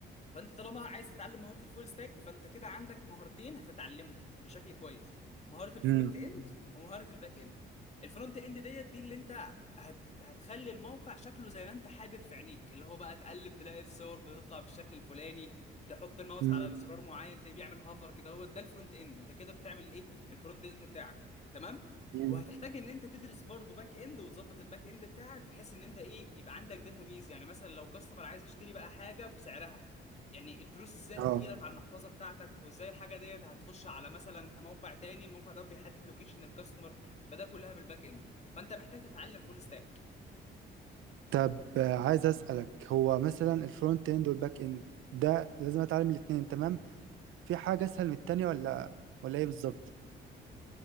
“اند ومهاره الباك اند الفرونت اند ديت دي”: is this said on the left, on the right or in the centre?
Left